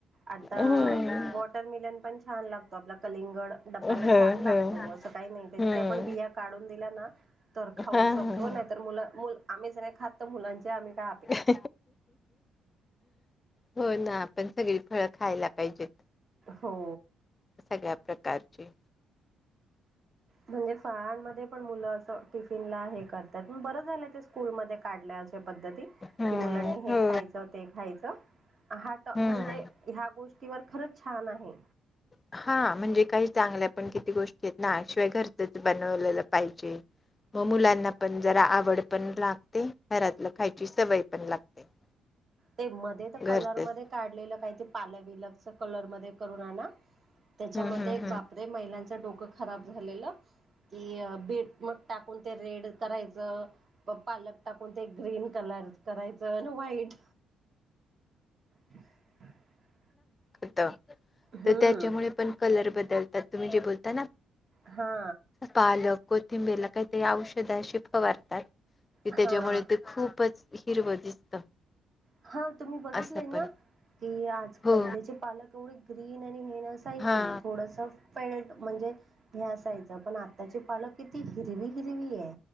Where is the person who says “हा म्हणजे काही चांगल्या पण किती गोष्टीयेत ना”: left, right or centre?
Left